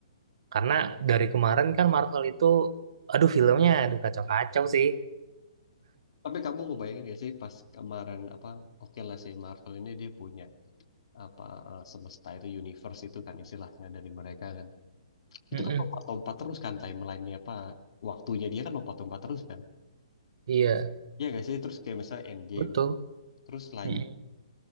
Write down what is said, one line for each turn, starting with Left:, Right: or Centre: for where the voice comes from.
Right: karena dari kemarin kan Marvel itu aduh filmnya aduh kacau-kacau sih
Left: Tapi kamu ngebayangin gak sih pas kemarin apa oke lah sih Marvel ini dia punya apa eh, semesta itu universe itu kan istilahnya dari mereka kan. Itu
Right: Mm-mm.
Left: kan lompat-lompat terus kan timelinenya apa waktunya dia kan lompat-lompat terus kan.
Right: iya
Left: Iya gak sih terus kayak misalnya Endgame
Right: betul
Left: terus lanjut
Right: Mm-mm.